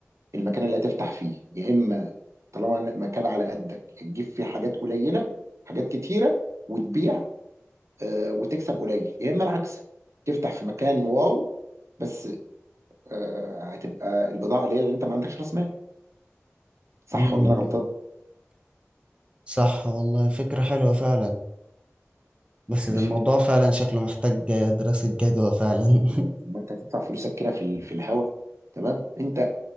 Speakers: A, on the right (about 80°); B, on the right (about 25°).
A: المكان اللي هتفتح فيه يا إما طالما مكان على قدك يا تجيب فيه حاجات قليلة حاجات كتيرة وتبيع آه، وتكسب قليل يا اما العكس تفتح في مكان واو بس آه، هتبقى البضاعه قليله لان انت ما عندكش راس مال صح
B: مم.
A: ولا انا غلطان
B: صح والله فكرة حلوة فعلا بس
A: ماشي
B: ده الموضوع فعلا شكله محتاج دراسة جدوى فعلا
A: ازاي؟ اما انت هتدفع فلوسك كده في ال- في الهوا تمام انت